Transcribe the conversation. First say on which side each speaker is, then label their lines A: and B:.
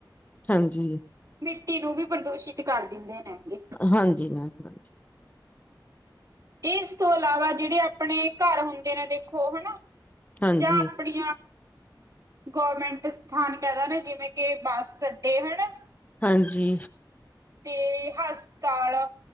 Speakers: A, on the left; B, on the right.
A: ਹਾਂਜੀ
B: ਮਿੱਟੀ ਨੂੰ ਵੀ ਪ੍ਰਦੂਸ਼ਿਤ ਕਰ ਦਿੰਦੇ ਨੇਗੇ
A: ਹਾਂਜੀ ਮੈਮ ਹਾਂਜੀ
B: ਏ ਤੋਂ ਇਲਾਵਾ ਜਿਹੜੇ ਆਪਣੇ ਘਰ ਹੁੰਦੇ ਨੇ, ਦੇਖੋ ਹਨਾ
A: ਹਾਂਜੀ
B: ਜਾਂ ਆਪਣੀ ਗੌਰਮੈਂਟ ਸਥਾਨ ਕਹਿਦੇ, ਜਿਵੇਂ ਕਿ ਬੱਸ ਅੱਡੇ ਹੈ ਨਾ।
A: ਹਾਂਜੀ
B: ਤੇ ਹਸਪਤਾਲ